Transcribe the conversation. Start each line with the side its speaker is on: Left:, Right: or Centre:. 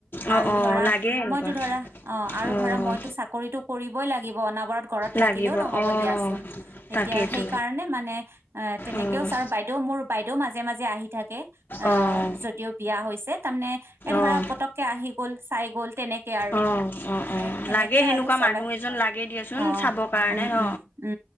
Left: অ
Right: আৰু
Left: অ
Right: ধৰা
Left: লাগে এনেকুৱা
Right: মইটো ধৰা অ আৰু
Left: অ
Right: ধৰা মইটো চাক কৰিতো কৰিবই লাগিব অনবৰত, ঘৰত থাকিলেও
Left: লাগিব
Right: নহব
Left: অ',
Right: দিয়া চোন
Left: তাকেইতো
Right: এতিয়া হেই কাৰণে মানে এ তেনেকেও
Left: অ',
Right: চাম বাইদেউ মোৰ বাইদেউ মাজে মাজে আহি থাকে। আ,
Left: অ',
Right: যদিও বিয়া হৈছে তাৰমানে এ ধৰা
Left: অ',
Right: পতককে আহি গ'ল চাই গ'ল। তেনেকে আৰু
Left: অ', অ', অ',
Right: এ সেনেকে
Left: লাগে সেনেকুৱা
Right: আৰু। চলে।
Left: মানুহ এজন লাগে দিয়াচোন
Right: অ
Left: চাবৰ কাৰণে
Right: উ
Left: ন
Right: উ উ